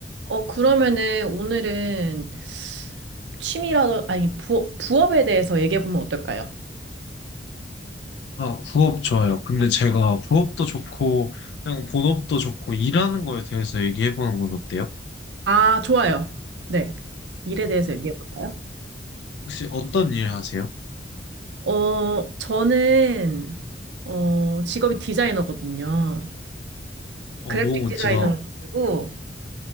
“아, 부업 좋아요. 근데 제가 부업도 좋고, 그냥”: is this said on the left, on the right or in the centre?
Left